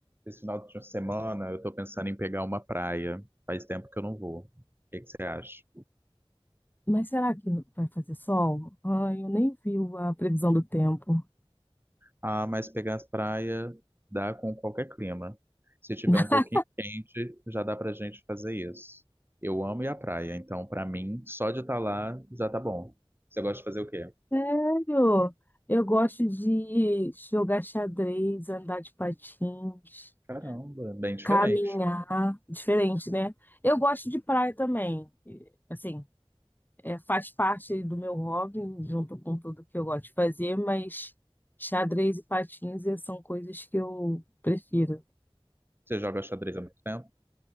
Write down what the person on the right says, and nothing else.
Esse final de semana eu tô pensando em pegar uma praia. Faz tempo que eu não vou. O que que você acha?
Ah, mas pegar as praias dá com qualquer clima. Se tiver
um pouquinho quente, já dá pra gente fazer isso. Eu amo ir à praia, então pra mim, só de estar lá já tá bom. Você gosta de fazer o quê?
Caramba, bem diferente.
Você joga xadrez há muito tempo?